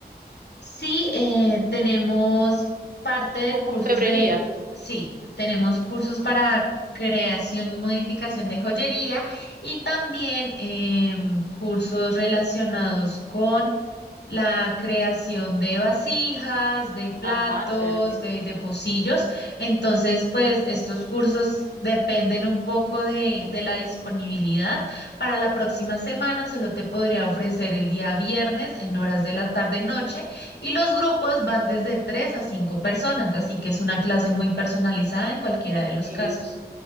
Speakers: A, on the left (about 80°); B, on the right (about 55°).
A: Sí, eh, tenemos parte de
B: con
A: cursos
B: orfebrería.
A: de, sí, tenemos cursos para creación y modificación de joyería y también em, cursos relacionados con la creación de vasijas, de platos,
B: Ajá, se ven aquí.
A: de, de pocillos. Entonces, pues estos cursos dependen un poco de, de la disponibilidad. Para la próxima semana solo te podría ofrecer el día viernes en horas de la tarde-noche y los grupos van desde tres a cinco personas, así que es una clase muy personalizada en cualquiera de los
B: Y
A: casos.